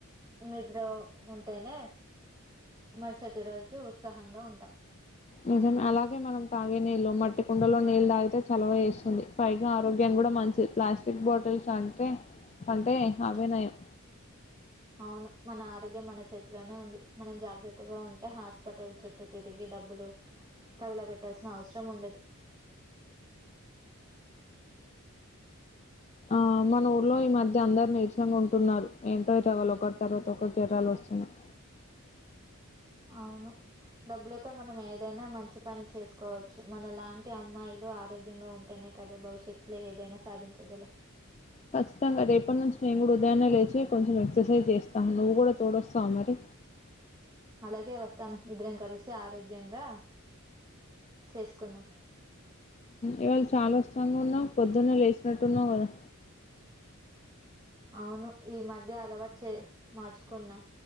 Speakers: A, on the right; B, on the left.
A: నిద్ర ఉంటేనే మరుసటి రోజు ఉత్సాహంగా ఉంటాం
B: నిజమే అలాగే మనం తాగేనీ రు మట్టి కుండలో నీళ్ళు తాగితే చలవ చేస్తుంది పైగా ఆరోగ్యాన్ని కూడా మంచిది ప్లాస్టిక్ బాటిల్స్ అంటే అంటే అవే నయం
A: అవును మన ఆరోగ్యం మన చేతిలోనే ఉంది మనం జాగ్రత్తగా ఉంటే హాస్పిటల్ చుట్టూ తిరిగి డబ్బులు తగల పెట్టాల్సిన అవసరం ఉండదు
B: ఆ మన ఊర్లో ఈ మధ్య అందరు నీరసంగా ఉంటున్నారు ఏంటో ఈ జోరాలు ఒకరి తర్వాత ఒకరు జరాలు వస్తున్నాయి
A: అవును డబ్బులతో మనం ఏదైనా మంచి పని చేసుకోవచ్చు మన లాంటి అమ్మాయిలు ఆరోగ్యంగా ఉంటేనే కదా భవిష్యత్లో ఏదైనా సాధించగలమ్
B: ఖచ్చితంగా రేపటి నుంచి మేము కూడా ఉదాయాన్నే లేచి కొంచెం ఎక్సర్సైజ్ చేస్తాం నువ్వు కూడా తోడొస్తావా మరి
A: అలాగే వస్తాను ఇద్దరం కలిసి ఆరోగ్యంగా చేసుకున్నాం
B: ఇవాళ చాలా వర్షంగా ఉన్నా పొద్దున్నే లేచినట్టున్నావు కదా
A: అవును ఈ మధ్య అలవాటు చే మార్చుకున్నా